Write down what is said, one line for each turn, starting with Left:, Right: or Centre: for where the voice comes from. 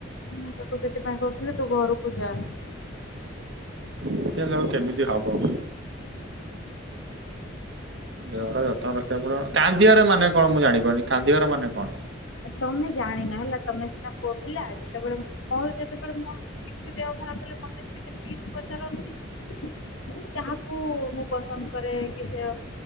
Left: ମୁଁ ତାକୁ ସେଥିପାଇଁ କହୁଥିଲି ତୁ ଘରକୁ ଯା।
Right: ଲୁଚେଇଲେ ଆଉ କେମିତି ହବ। ଦେହଟା ଯତ୍ନ ରଖିବାକୁ ପଡିବ ନା କାନ୍ଦିବାର ମାନେ କଣ ମୁଁ ଜାଣିପାରୁନି। କାନ୍ଦିବାର ମାନେ କଣ?
Left: ତମେ ଜାଣିନ ହେଲା ତମେ ସିନା ପୁଅ ପିଲା। ଯେତେବେଳେ ମୋର ଯେତେବେଳେ ମୋ କିଛି ଦେହ ଖରାପ ହେଲେ ମତେ ଟିକେ ବେଶୀ କିଛି ପଚାରନ୍ତି। ମାନେ ଯାହାକୁ ମୁଁ ପସନ୍ଦ କରେ କି ସେ